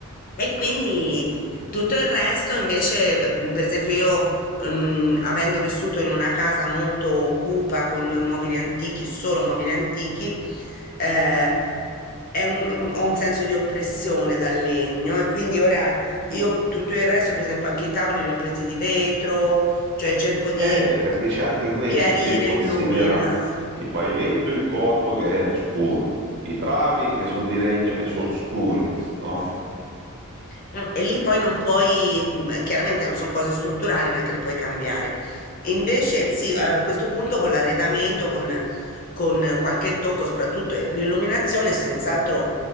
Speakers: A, on the left; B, on the right.
A: e quindi tutto il resto invece, eh, per esempio io, mm, avendo vissuto in una casa molto cupa con mobili antichi, solo mobili antichi, eh, è un- un- ho un senso di oppressione dal legno e quindi ora io tutto il resto, per esempio anche i tavoli li ho presi di vetro, cioè cerco di
B: Eh, perché c'è anche questo,
A: chiarire,
B: te considera
A: illuminare.
B: il pavimento in cotto che è scuro, i travi che sono di legno e sono scuri, no?
A: Eh, E lì poi non puoi, mm, chiaramente non sono cose strutturali, non è che le puoi cambiare. E invece sì, a questo punto con l'arredamento, con, con qualche tocco, soprattutto eh, l'illuminazione è senz'altro